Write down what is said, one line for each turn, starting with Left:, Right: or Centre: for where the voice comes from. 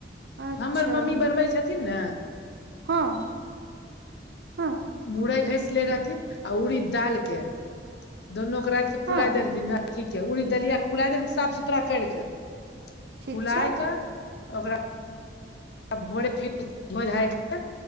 Right: अच्छा
Left: हमर मम्मी बनबै छथिन ने
Right: हँ हँ
Left: मुरै घस ले रहथिन आ उड़ीडाल के दोनू के राति के फुला
Right: हँ
Left: दे रहथिन ठीक ह उड़ी दलिया के फुला दे साफ सुथरा कर के
Right: ठीक
Left: फुलाय
Right: छै
Left: के ओकरा आ भोरे फिर धो धायके